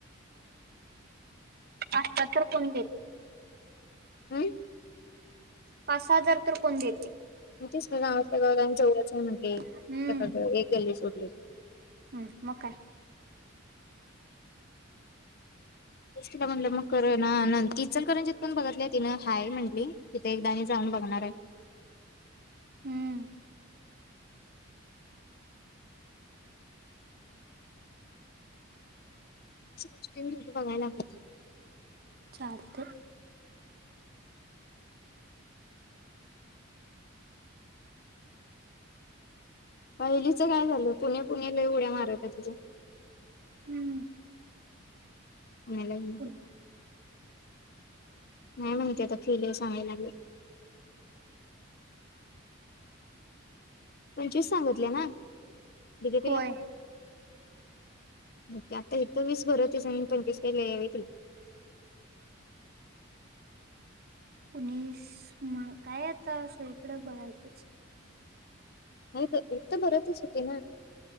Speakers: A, on the right; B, on the left.
A: पाता तर कोण देत
B: हम
A: पाचसहा हजार तर कोण देते
B: म्ह तेच गावातल्या गाव जेवढंच नाही म्हटलं त्याकड
A: हम्म
B: एक गल्ली सोडली
A: हम्म म काय
B: सुशिरा म्हणलं मग करना अनंत ति ईचल करंजित पण बघतलेय तिनं हाय म्हंली तिथे एकदाणी जाऊन बघणार आहे
A: ह अअ
B: सृष्टी दोघि बघाय लागलेत
A: चालते
B: पहिलीच काय झालं पुणे पुणे लय उड्या मारतत तुझ्या
A: हम्म
B: अलायना
A: पुणे
B: नाही म्हण ते आता फिल व सांगायला लागले पंचवीस सांगितल्या ना बिजेपिला
A: होय
B: घटल्याचे वीस बरोतीस आणि पंचवीस काही ल यावेतील
A: कुणीच मग काय आता सगळीकडे बघायचंच!
B: नाही तर एक तर भरतच होती ना